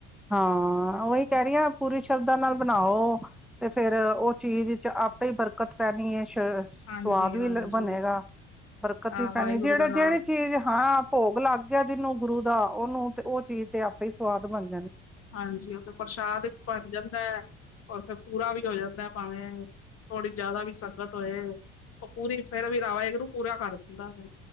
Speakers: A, in the centre; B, on the left (about 45°).
A: ਹਾਂ, ਔਹੀ ਕਹਿ ਰੀ ਆਂ ਪੂਰੀ ਸ਼ਰਧਾ ਨਾਲ ਬਨਾਔ। ਤੇ ਫੇਰ ਔ ਚੀਜ਼ ਇਚ ਆਪੇ ਈ ਬਰਕਤ ਪੈਨੀ ਏ। ਸਵਾਦ
B: ਹਾਂਜੀ ਹਾਂਜੀ
A: ਵੀ ਬਨੇਗਾ, ਬਰਕਤ
B: ਹਾਂ
A: ਵੀ
B: ਵਾਹਿਗੁਰੂ
A: ਪੈਨੀ ਜੇੜੇ-ਜੇੜੀ
B: ਦਾ ਨਾਂ
A: ਚੀਜ਼, ਹਾਂ। ਭੋਗ ਲੱਗ ਗਿਆ ਜਿਨੂੰ ਗੁਰੂ ਦਾ ਔਨੂੰ ਤੇ ਔ ਚੀਜ਼ ਤੇ ਆਪੇ ਈ ਸਵਾਦ ਬਨ
B: ਹਾਂਜੀ, ਉਹ ਤੇ ਪ੍ਰਸ਼ਾਦ <unintelligible> ਬਣ ਜਾਂਦਾ ਹੈ। ਰ ਫੇਰ ਪੂਰਾ ਵੀ ਹੋ ਜਾਂਦਾ ਭਾਵੇਂ, ਥੋੜੀ ਜਿਆਦਾ ਵੀ ਸੰਗਤ ਹੋਏ ਉਹ ਪੂਰੀ ਫੇਰ ਵੀ ਵਾਹਿਗੁਰੂ ਪੂਰਾ ਕਰ ਦਿੰਦਾ।